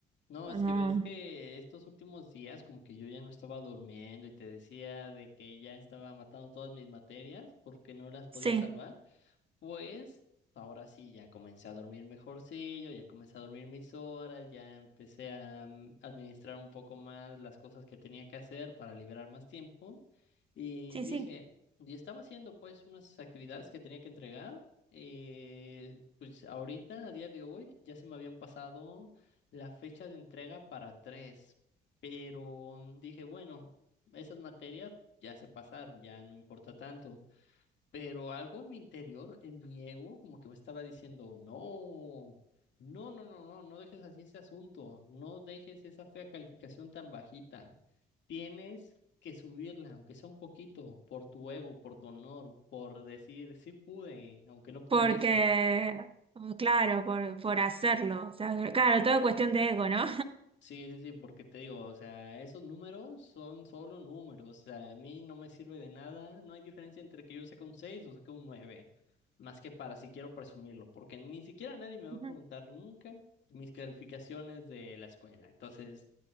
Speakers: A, on the left; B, on the right.
A: No,
B: No,
A: es que ves que estos últimos días como que yo ya no estaba durmiendo y te decía de que ya estaba matando todas mis materias porque no las podía
B: Sí,
A: salvar. Pues ahora sí, ya comencé a dormir mejorcillo, ya comencé a dormir mis horas, ya empecé a mm, administrar un poco más las cosas que tenía que hacer para liberar más tiempo. Y
B: sí,
A: dije,
B: sí.
A: y estaba haciendo pues unas actividades que tenía que entregar. eh, pues ahorita, a día de hoy, ya se me habían pasado la fecha de entrega para tres, pero mm, dije, bueno, esas materias ya se pasaron, ya no importa tanto. Pero algo en mi interior, en mi ego, como que me estaba diciendo, no, no, no, no, no, no dejes así ese asunto, no dejes esa fea calificación tan bajita. Tienes que subirla, aunque sea un poquito, por tu ego, por tu honor, por decir, sí pude, aunque no pudiese.
B: Porque, claro, por, por hacerlo. O sea, claro, todo es cuestión de ego, ¿no?
A: Sí, sí, sí, porque te digo, o sea, esos números son solo números, o sea, a mí no me sirve de nada, no hay diferencia entre que yo saque un 6 o saque un 9 más que para si quiero presumirlo, porque ni siquiera nadie me
B: <laughs>
A: va a preguntar nunca mis calificaciones de la escuela, entonces